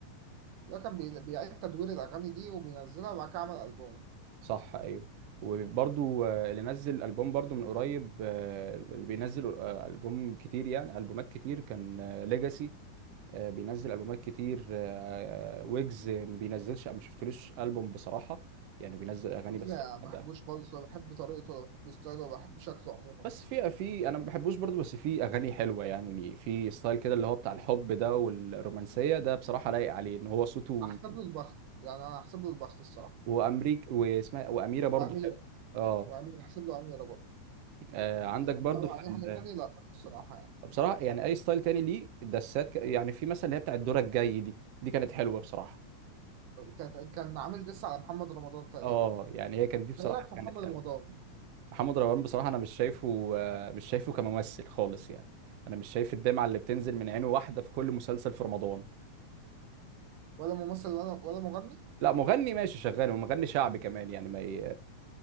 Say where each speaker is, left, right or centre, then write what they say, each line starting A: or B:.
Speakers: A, on the right; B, on the right.
A: ده كان بي- بيعيد تدوير الأغاني دي وبينزلها وبعد كده عمل ألبوم
B: صح ايوه وبرضو آه، اللي نزل ألبوم برضو من قريب آه، اللي بينزل آه، ألبوم كتير يعني ألبومات كتير كان ليجاسي بينزل ألبومات كتير آه، ويجز ما بينزلش ما شفتلوش ألبوم بصراحة يعني بينزل أغاني
A: رز
B: بس
A: ما
B: لوحدها
A: بحبوش خالص ولا بحب طريقته ولا بحب ستايله ولا بحب شكله عموما
B: بس
A: اصلا
B: في في انا ما بحبوش برضو بس في اغاني حلوه يعني ليه في ستايل كده اللي هو بتاع الحب ده والرومانسيه ده بصراحه لايق عليه ان هو صوته
A: احسب له البخت يعني انا احسب له البخت الصراحه
B: وامريك واسمها واميره برضو
A: واميره
B: حلو اه
A: واميره احسب له اميره برضه
B: آه، عندك برضو
A: إنما
B: في
A: اي
B: ال...
A: حاجه تانية لا الصراحه يعني
B: بصراحه يعني اي ستايل تاني ليه الدسات ك... يعني في مثلا اللي هي بتاع الدور الجاي دي دي كانت حلوه بصراحه
A: كان كان عامل دس على محمد رمضان تقريبا
B: اه يعني هي كانت
A: انت
B: دي بصراحه
A: إيه رايك في محمد
B: كانت حلوه
A: رمضان
B: محمد رمضان بصراحه انا مش شايفه آه، مش شايفه كممثل خالص يعني انا مش شايف الدمعه اللي بتنزل من عينه واحده في كل مسلسل في رمضان
A: ولا ممثل ولا ولا مغني
B: لا مغني ماشي شغال ومغني شعبي كمان يعني ما ي...